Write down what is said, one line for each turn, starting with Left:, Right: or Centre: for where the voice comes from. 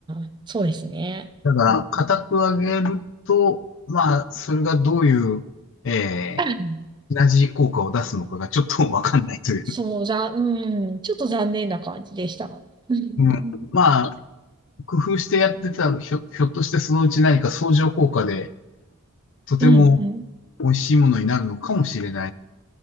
Right: あ、そうですね。
Left: だから、
Right: うんうん
Left: 硬く揚げると、まあ、それがどういう、え
Right: <laughs>
Left: ー、同じ効果を出すのかがちょっとわかんないという。
Right: そう、ざ、うん、ちょっと残念な感じでした。うん、
Left: うん。まあ、工夫してやってたら、ひょ、ひょっとしてそのうち何か相乗効果で、とても
Right: うん、うん
Left: 美味しいものになるのかもしれない。